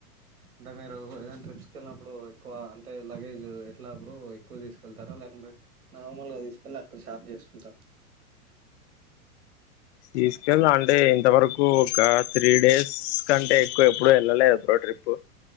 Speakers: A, on the right; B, on the left.
A: అంటే మీరు ఏదైనా ట్రిప్స్కి వెళ్ళినప్పుడు ఎక్కువ అంటే లగేజ్ ఎట్లా బ్రో ఎక్కువ తీసుకెళ్తారా లేకుంటే నార్మల్గా తీసుకెళ్లి అక్కడ షాప్ చేసుకుంటారా
B: తీసుకెళ్దా అంటే ఇంతవరకు ఒక త్రీ డేస్ కంటే ఎక్కువ ఎప్పుడు వెళ్ళలేదు బ్రో ట్రిప్పు